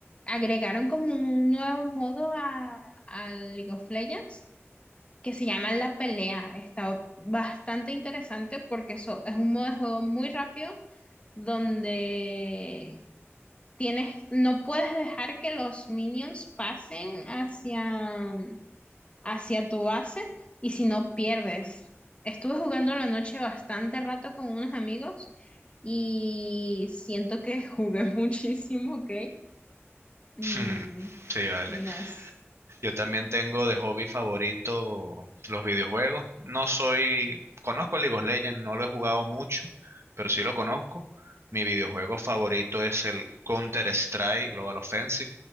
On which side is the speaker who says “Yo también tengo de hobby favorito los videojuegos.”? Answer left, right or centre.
Right